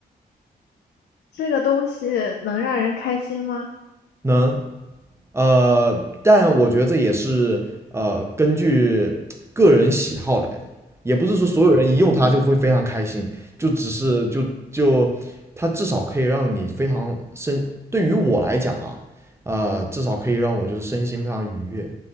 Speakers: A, on the left; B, on the right.
A: 这个东西能让人开心吗？
B: 能呃，但我觉得这也是呃根据个人喜好来的，也不是说所有人一用它就会非常开心，就只是就就它至少可以让你非常身，对于我来讲啊，呃，至少可以让我就是身心非常愉悦，